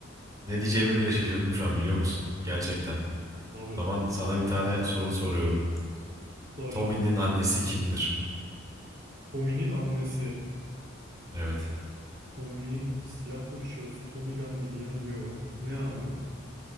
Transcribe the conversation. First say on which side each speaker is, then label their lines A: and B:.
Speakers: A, on the right; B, on the right.
A: ne diyeceğimi bile şaşırdım şu an biliyor musun? Gerçekten. O
B: abi
A: zaman sana bir tane soru soruyorum.
B: zor.
A: Tommy'nin annesi kimdir?
B: Tommy'nin annesi.
A: Evet,
B: Tommy silahlı bir şey olsun. Tommy Gun diyeceğim. Yo. Ne abi?